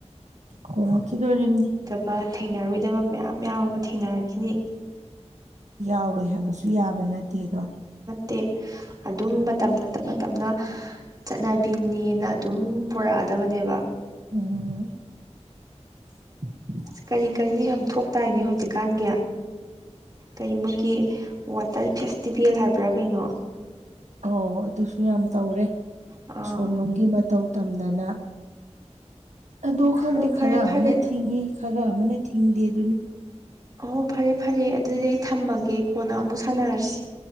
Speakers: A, on the right; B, on the right.
A: ꯍꯣꯡꯉꯛꯈꯤꯗꯨꯔꯤꯝꯅꯤ
B: ꯕꯥ ꯊꯦꯡꯅꯔꯣꯏꯗꯕ ꯃꯌꯥꯝ ꯃꯌꯥꯝ ꯑꯃ ꯊꯦꯡꯅꯔꯛꯈꯤꯅꯤ
A: ꯌꯥꯎꯔꯣꯏ ꯍꯥꯏꯕꯁꯨ ꯌꯥꯕ ꯅꯠꯇꯦ ꯗꯣ
B: ꯇꯦ ꯑꯗꯨꯝ ꯃꯇꯝꯅ ꯇꯞꯅ ꯇꯞꯅ ꯆꯠꯅꯕꯤꯅꯦꯅ ꯑꯗꯨꯝ ꯄꯣꯔꯛꯑꯗꯕꯅꯦꯕ
A: ꯎꯝ <inaudible>
B: ꯀꯔꯤ ꯀꯔꯤꯅꯣ ꯌꯥꯝ ꯊꯣꯛꯇꯥꯏꯅꯦ ꯍꯨꯖꯤꯛꯀꯥꯟꯒꯤ ꯀꯩ ꯃꯣꯏꯒꯤ ꯋꯥꯇꯔ ꯐꯦꯁꯇꯤꯚꯦꯜ ꯍꯥꯏꯕ꯭ꯔꯥ ꯀꯩꯅꯣ
A: ꯑꯣ ꯑꯗꯨꯁꯨ ꯌꯥꯝ ꯇꯧꯔꯦ
B: ꯑꯥ
A: ꯑꯁꯣꯝꯂꯣꯝꯒꯤ ꯃꯇꯧ ꯇꯝꯗꯅ ꯑꯗꯣ ꯈꯪꯗꯦ
B: ꯑꯣ ꯐꯔꯦ
A: ꯈꯔ
B: ꯐꯔꯦ
A: ꯑꯃꯅ ꯊꯤꯡꯏ ꯈꯔ ꯑꯃꯅ ꯊꯤꯡꯗꯦ ꯑꯗꯨꯅꯤ
B: ꯍꯣ ꯐꯔꯦ ꯐꯔꯦ ꯑꯗꯨꯗꯤ ꯑꯩ ꯊꯝꯃꯒꯦ ꯀꯣꯟꯅ ꯑꯃꯨꯛ ꯁꯥꯟꯅꯔꯁꯤ